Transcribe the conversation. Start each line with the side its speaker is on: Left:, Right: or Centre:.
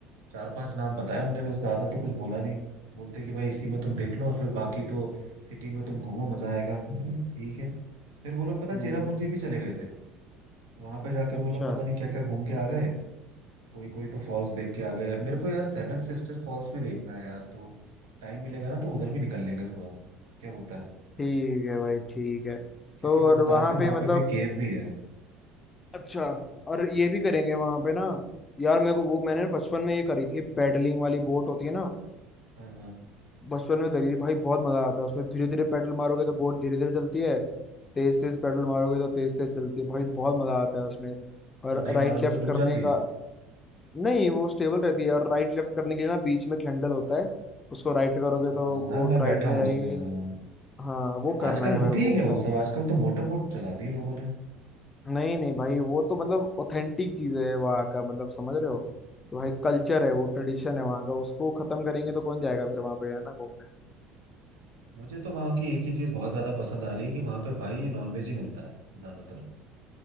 Right: चार पांच नाम बताए उनने बस ज्यादा तो कुछ बोला नहीं बोलते कि भाई इसी में तुम देख लो और फिर बाकी तो सिटी में तुम घूमो मजा आएगा मैंने कहा, ठीक है फिर वो लोग पता
Left: हम्म
Right: है चेरापूंजी भी चले गए थे तो वहां पे जाके
Left: अच्छा
Right: वो लोग पता नहीं क्या क्या घूम के आ गए कोई कोई तो फॉल्स देख के आ गए मेरे को यार सेवन सिस्टर फॉल्स भी देखना है यार तो टाइम मिलेगा ना तो उधर भी निकल लेंगे थोड़ा क्या बोलता है
Left: ठीक है भाई ठीक है
Right: क्योंकि
Left: तो
Right: वो
Left: और
Right: बता
Left: वहाँ
Right: रहे थे
Left: पे
Right: वहां
Left: मतलब
Right: पे कोई केव भी है
Left: अच्छा और ये भी करेंगे वहाँ पे ना यार मेरे को वो मैंने ना बचपन में ये करी थी पैडलिंग वाली बोट होती है ना
Right: हाँ हाँ
Left: बचपन में करी थी भाई बहुत मजा आता है उसमें धीरे धीरे पेडल मारोगे तो बोट धीरे धीरे चलती है तेज तेज पेडल मारोगे तो तेज तेज चलती है भाई बहुत मजा आता है उसमें और
Right: और नहीं
Left: राइट
Right: मारोगे
Left: लेफ्ट
Right: तो डूब
Left: करने
Right: जाती है
Left: का नहीं वो स्टेबल रहती है और राइट लेफ्ट करने के लिए ना बीच में एक हैंडल होता है उसको राइट करोगे
Right: हाँ
Left: तो
Right: हाँ
Left: बोट
Right: हाँ, मैं बैठा
Left: राइट में
Right: हूँ
Left: जाएगी
Right: उसमें हाँ
Left: हाँ वो करना
Right: आजकल
Left: है
Right: होती
Left: मेरे को
Right: है क्या
Left: वो
Right: वो
Left: करेंगे
Right: सब आजकल तो मोटर बोट चला दी लोगों ने
Left: नहीं नहीं भाई वो तो मतलब ऑथेंटिक चीज है वहाँ का मतलब समझ रहे हो तो भाई कल्चर है वो ट्रेडिशन है वहाँ का उसको खत्म करेंगे तो कौन जाएगा फिर वहाँ पे है ना घूमने
Right: मुझे तो वहाँ की एक ही चीज बहुत ज्यादा पसंद आ रही है कि वहां पे भाई नॉनवेज ही मिलता है ज्यादातर